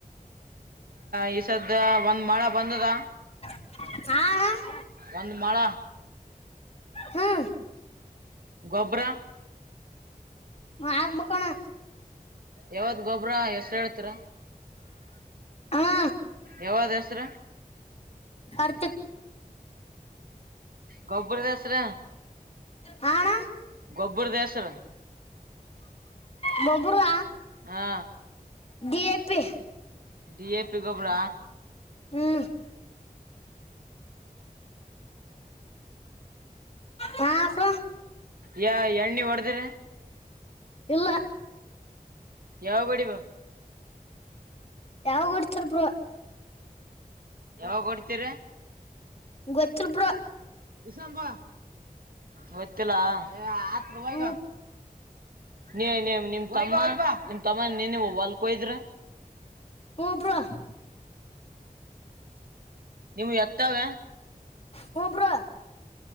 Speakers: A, on the right; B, on the left.
A: ಈ ಈಸದ ಒಂದ್ ಮಳೆ ಬಂದದ
B: ಹಾ
A: ಒಂದ್ ಮಳ
B: ಹ್ಞೂ
A: ಗೊಬ್ಬರ
B: ಹಾಕ್ಬೇಕಣ್ಣ
A: ಯಾವತ್್ ಗೊಬ್ಬ್ರ ಎಷ್ಟ ಹೇಳ್ತರ
B: ಹ್ಞೂ
A: ಯಾವ್ದ ಹೆಸರ
B: ಹರ್ತ
A: ಗೊಬ್ಬರ ದಸರ
B: ಹಣ
A: ಗೊಬ್ಬರ ದೇಶರ
B: ಬೊಬ್ಬರು
A: ಹಾ
B: D A P
A: D A P ಗಬರ
B: ಹ್ಞೂ ಹಾ ಪ
A: ಯ ಎಣ್ಣಿ ಹೊಡದ್ರ
B: ಇಲ್ಲ
A: ಯಾವ ಗಡಿ ಬ
B: ಯಾವ ಹೊಡ್ತರ್ ಬ್ರ
A: ಯಾವಾಗ ಹೊಡ್ತಿೀರಿ
B: ಗೊಚ್ಚಲ್ಪರ
A: ಇಸಂಬ ಹೊತ್ತಲ್ಲ ಆ ಬಗ
B: ಹ್ಞೂ
A: ನೀ ನೀ ನಿಮ ತಮ್ಮ ನಿಮ್ ತಮ್ಮ ನೀನು ವಲ್ಕೋಯಿದ್ರ
B: ಹೂಬ್ರೋ
A: ನಿಮ್ಗೆ ಎತಾವ
B: ಹೂಬ್ರ